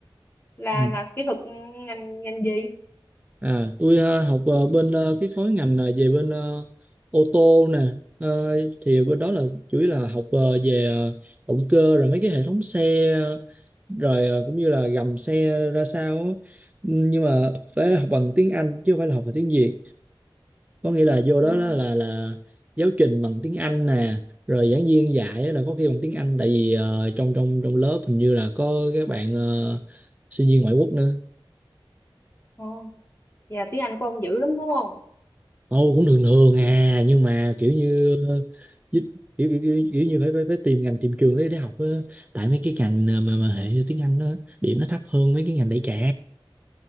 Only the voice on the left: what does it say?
là
là kỹ thuật ngành ngành gì?
Ừ,
ồ, vậy là tiếng Anh của ông dữ lắm đúng không?
Ừ.
ừ.